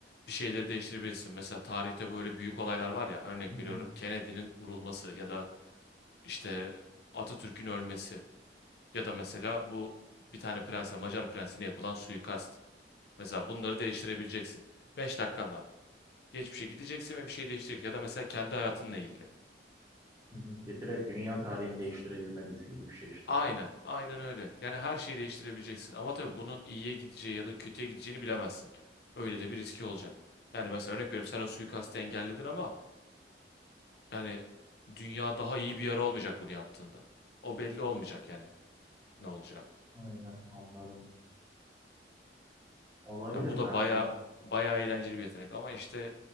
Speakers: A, on the left (about 60°); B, on the right (about 15°).
A: bir şeyleri değiştirebilirsin. Mesela tarihte böyle büyük olaylar var ya örnek
B: Hı hı.
A: veriyorum Kennedy'nin vurulması ya da işte Atatürk'ün ölmesi ya da mesela bu bir tane prense Macar prensine yapılan suikast. Mesela bunları değiştirebileceksin. 5 dakikan var. Geçmişe gideceksin ve bir şey değiştirecek ya da mesela kendi hayatınla ilgili.
B: Hı hı. Ya Direkt dünya tarihini değiştirebilme gücü gibi bir şey işte.
A: Aynen, aynen öyle. Yani her şeyi değiştirebileceksin. Ama tabii bunun iyiye gideceği ya da kötüye gideceğini bilemezsin. Öyle de bir riski olacak. Yani mesela örnek veriyorum sen o suikastı engelledin ama yani dünya daha iyi bir yer olmayacak bunu yaptığında. O belli olmayacak yani ne olacağı.
B: Aynen anladım. Olabilir
A: Ya bu da
B: kanka.
A: baya baya eğlenceli bir yetenek ama işte